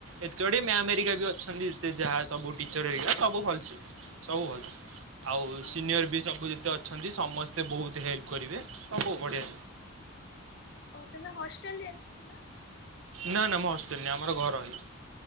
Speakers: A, on the right; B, on the left.
A: ଏଚୋଡି ମ୍ୟାମ ହେରିକା ବି ଅଛନ୍ତି ସେ ଯାହା ସବୁ ଟିଚର ହେରିକା ସବୁ ଭଲସେ। ସବୁ ଭଲ। ଆଉ
B: ହଉ
A: ସିନିୟର ବି ସବୁ ଯେତେ ଅଛନ୍ତି ସମସ୍ତେ ବହୁତ ହେଲ୍ପ କରିବେ ସବୁ ବଢିଆ।
B: ଓ ତମେ ହଷ୍ଟେଲ ରେ ନା?
A: ନା-ନା ମୁଁ ହଷ୍ଟେଲ ନୁହେଁ ଆମର ଘର ଇଏ।